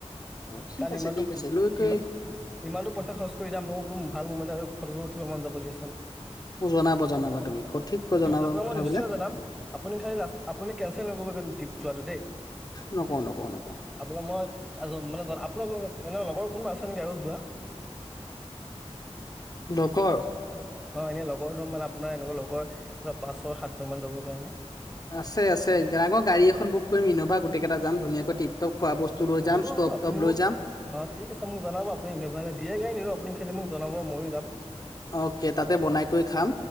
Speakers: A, on the left; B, in the centre.
A: অ ঠিক
B: কাৰণ
A: আছে
B: ইমানতো
A: ঠিক আছে লৈ কৈ
B: ইমা ইমানতো পইচা খৰচ কৰি যাম, মইতো ভাল মোবাইল এটা লৈ ফটো-ছটো উঠিব মন যাব দিয়াচোন।
A: মোক জনাব জনাবা তুমি সঠিক কৈ জনাবা
B: আপোনাক
A: কথাবিলাক
B: মই নিশ্চয় জনাম, আপুনি খালি লাষ্ট আপুনি কেনঞ্চেল নকৰিব কিন্তু ট্ৰিপ যোৱাটো দেই।
A: নকওঁ নকওঁ নকওঁ।
B: আপোনাৰ মই এজন, মানে জন আপোনাৰ এনে লগৰ কোনোবা আছে নেকি আৰু যোৱা?
A: লগৰ
B: অ', এনে লগৰ ধৰক মানে আপোনাৰ এনেকুৱা লগৰ, ধৰ' পাঁচ চয় সাতজন মান যাবৰ কাৰণে।
A: আছে আছে আগৰ গাড়ী এখন বুক কৰিম, ইন'ভা গোটেই কেইটা যাম ধুনীয়াকৈ টপটপ খোৱা বস্তু লৈ
B: অ',
A: যাম
B: হ'ব
A: ষ্টভ
B: হ'ব আপুনি
A: টভ লৈ
B: মোক
A: যাম
B: অ', ঠিক আছে মোক জনাব, আপুনি ইন'ভা যিয়ে গাড়ী নিনিয়ে আপুনি খালি মোক জনাব ময়ো যাম।
A: অকে তাতে বনাই কৰি খাম।